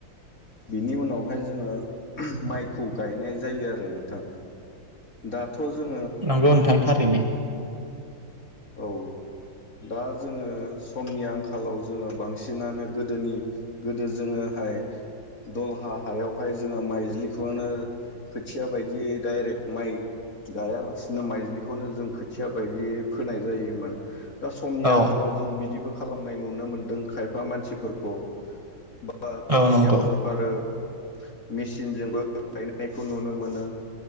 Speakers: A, on the left; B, on the right.
A: बिनि उनाव हाय जोङो माइखौ गायनाय जायो आरो नोंथां दाथ' जों
B: नंगौ नोंथां थारैनो ।
A: औ दा जोङो समनि आंखालाव जोङो बांसिनानो गोदोनि गोदो जोङोहाय दलहा हायावहाय जोङो माइज्लिखौनो खोथिया बायदियै डाइरेक्ट माइ गायालासिनो माइज्लिखौनो जों खोथिया बायदियै फोनाय जायोमोन । दा समनि
B: औ
A: आंखालाव जों बिदिबो खालामनाय नुनो मोनदों खायफा मानसिफोरखौ । बाबा दानियाथ'
B: औ नंगौ
A: आरो मिसिनजोंबो गायनायखौ नुनो मोनो